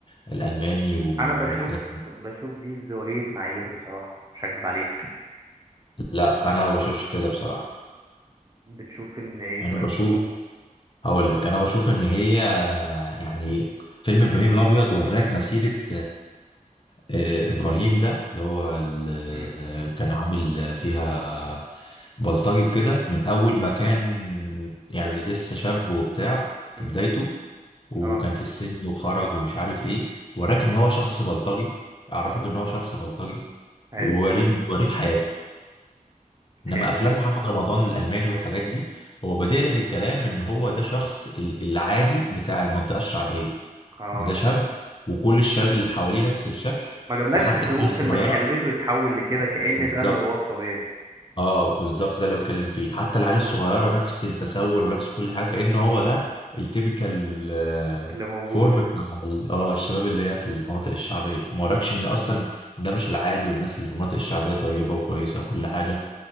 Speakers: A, on the left; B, on the right.
A: الألماني و-
B: انا بشوف
A: والحاجات دي.
B: بشوف دي ازدواجية معايير بصراحة مش هكدب عليك
A: لا أنا ما بشوفش كده بصراحة
B: بتشوف ان ايه
A: أنا
B: طيب
A: بشوف هقول لك أنا بشوف إن هي يعني فيلم إبراهيم الأبيض وراك مسيرة آه، ابراهيم ده اللي هو ال-
B: امم
A: آه، كان عامل فيها بلطجي وكده من اول ما كان يعني
B: طيب.
A: لسه شاب وبتاع في
B: امم
A: بدايته وكان
B: اه
A: في السجن وخرج ومش عارف ايه وراك ان هو شخص بلطجي عرفك
B: امم
A: ان هو شخص بلطجي
B: ايوه
A: ووريك وريك حياته انما
B: حلو
A: افلام محمد رمضان الالماني والحاجات دي هو بادئ لك الكلام ان هو ده شخص ال- العادي بتاع المنطقه الشعبيه
B: اه
A: ان ده شاب وكل الشباب اللي حواليه نفس الشكل
B: ما جابلكش
A: وحتى
B: الظروف
A: العيال الصغيره
B: اللي خليته يتحول لكده كأن
A: بالظبط
B: ده اللي هو الطبيعي
A: اه بالظبط ده اللي بتكلم فيه حتى العيال الصغيره نفس التسول ونفس كل حاجه كأن هو ده التيبيكال
B: اللي موجود
A: فورم بتاع ال- اه الشباب اللي هي في المناطق الشعبيه ما وراكش ان اصلا ده مش العادي والناس اللي في المناطق الشعبيه طيبه وكويسه وكل حاجه